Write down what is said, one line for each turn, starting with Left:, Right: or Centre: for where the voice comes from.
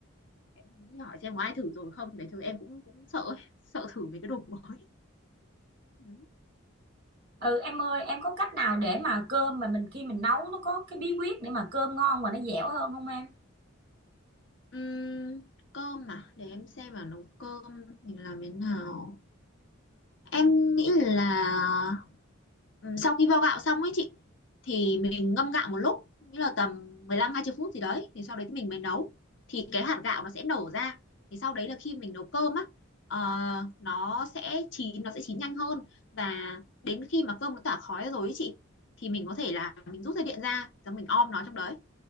Left: em đi hỏi xem có ai thử rồi không để thử em cũng cũng sợ ấy, sợ thử mấy cái đồ mới Ừ.
Right: ừ em ơi em có cách nào để mà cơm mà mình khi mình nấu nó có cái bí quyết để mà cơm ngon mà nó dẻo hơn không em
Left: Ừm, cơm mà để em xem mà nấu cơm mình làm thế nào em nghĩ là Ừ, sau khi vo gạo xong ấy chị thì mình ngâm gạo một lúc nghĩa là tầm mười lăm hai 20 phút gì đấy thì sau đấy thì mình mới nấu thì cái hạt gạo nó sẽ nở ra thì sau đấy là khi mình nấu cơm á ờ, nó sẽ chín nó sẽ chín nhanh hơn và đến khi mà cơm nó tỏa khói rồi ấy chị thì mình có thể là mình rút dây điện ra rồi mình om nó trong đấy